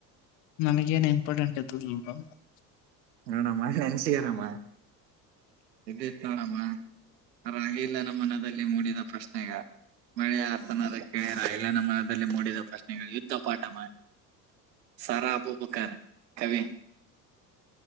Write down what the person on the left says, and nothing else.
ನನಗ ಏನ್ ಇಂಪಾರ್ಟೆಂಟ್ ತಲ್ <unintelligible>